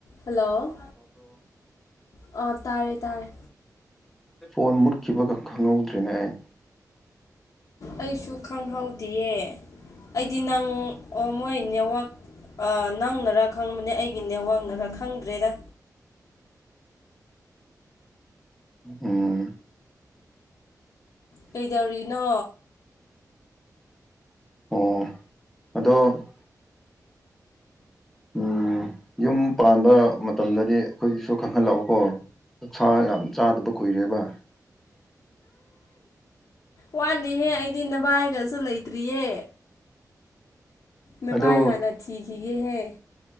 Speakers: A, on the left (about 65°); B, in the centre.
A: hello ꯑꯣ ꯇꯥꯔꯦ ꯇꯥꯔꯦ
B: ꯐꯣꯟ ꯃꯨꯠꯈꯤꯕꯒ ꯈꯪꯍꯧꯗ꯭ꯔꯦꯅꯦ ꯑꯩ
A: ꯑꯩꯁꯨ ꯈꯪꯍꯧꯗꯤꯌꯦ ꯑꯩꯗꯤ ꯅꯪ ꯃꯣꯏ ꯅꯦꯠꯋꯥꯛ ꯑ ꯅꯪꯅꯔ ꯈꯪꯕꯅꯦ ꯑꯩꯒꯤꯅꯦ ꯋꯥꯡꯅꯔ ꯈꯪꯗ꯭ꯔꯦꯗ
B: ꯎꯝ
A: ꯀꯩꯗꯧꯔꯤꯅꯣ
B: ꯑꯣ ꯑꯗꯣ ꯎꯝ ꯌꯨꯝ ꯄꯥꯟꯕ ꯃꯇꯝꯗꯗꯤ ꯑꯈꯣꯏꯒꯤꯁꯨ ꯈꯪꯍꯜꯂꯛꯎꯀꯣ ꯑꯣꯛꯁꯥ ꯌꯥꯝ ꯆꯥꯗꯕ ꯀꯨꯏꯔꯦꯕ
A: ꯋꯥꯠꯂꯤꯍꯦ ꯑꯩꯗꯤ ꯅꯕꯥꯏꯒꯁꯨ ꯂꯩꯇ꯭ꯔꯤꯌꯦ ꯃꯕꯥꯏ
B: ꯑꯗꯣ
A: ꯍꯥꯟꯅ ꯊꯤꯈꯤꯒꯦꯍꯦ